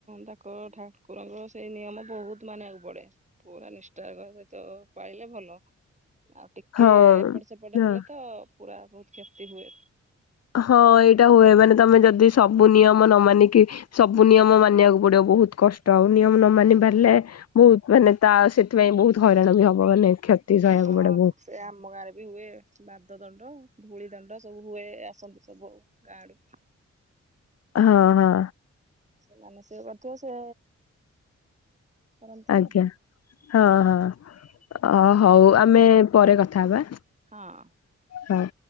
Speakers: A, on the right; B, on the left.
A: ତା କ ଠାକୁରଙ୍କର ସେଇ ନିୟମ ବହୁତ ମାନିବାକୁ ପଡେ। ପୁରା ନିଷ୍ଠାର ସହିତ ପାଇଲେ ଭଲ ଆ ଟିକେ
B: ହଁ
A: ଏପଟ ସେପଟ
B: ହଁ
A: ହେଲା ତ ପୁରା ବହୁତ କ୍ଷତି ହୁଏ।
B: ହଁ ଏଇଟା ହୁଏ ମାନେ ତମେ ଯଦି ସବୁ ନିୟମ ନ ମାନିକି ସବୁ ନିୟମ ମାନିବାକୁ ପଡିବ ବହୁତ କଷ୍ଟ ଆଉ ନିୟମ ନ ମାନି ପାରିଲେ ବହୁତ ମାନେ ତା ସେଥିପାଇଁ ବହୁତ ହଇରାଣ ବି ହବ ମାନେ କ୍ଷତି ସହିବାକୁ
A: ହଁ
B: ପଡେ ବହୁତ।
A: ସେ ଆମ ଗାଁରେ ବି ହୁଏ ପାଦ ଦଣ୍ଡ, ଧୂଳି ଦଣ୍ଡ ସବୁ ହୁଏ ଆସନ୍ତି ସବୁ ଆଉ। ଗାଡୁ
B: ହଁ ହଁ।
A: ସେମାନୋନ ସେ କରିଥିବ ସେ କରନ୍ତି
B: ଆଜ୍ଞା ହଁ ହଁ ହଉ ଆମେ ପରେ କଥା ହବା।
A: ହଁ।
B: ହଁ।